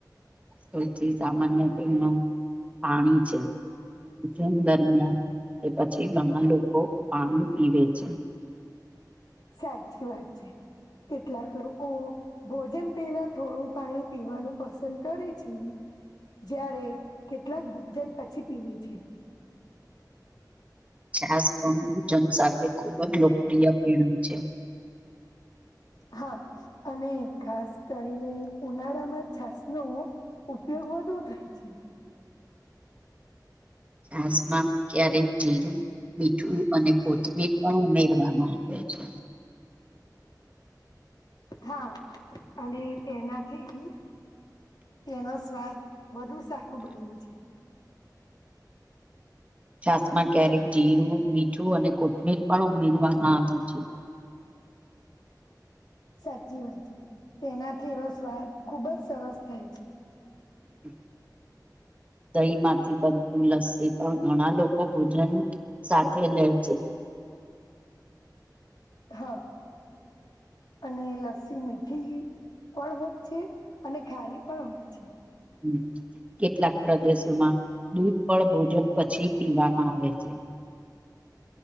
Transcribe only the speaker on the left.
સાચી વાત છે. કેટલાક લોકો ભોજન પહેલા થોડું પાણી પીવાનું પસંદ કરે છે. જ્યારે કેટલાક ભોજન પછી પીવે છે.
હા અને ખાસ કરીને ઉનાળામાં છાસ નો ઉપયોગ વધુ થાય છે.
હા, અને તેનાથી તેનો સ્વાદ વધુ સારું બન્યું છે.
સાચી વાત છે. તેનાથી એનો રસસ્વાદ ખુબ જ સરસ થાય છે.
હા અને લસ્સી મીઠી પણ હોય છે, અને ખારી પણ હોય છે.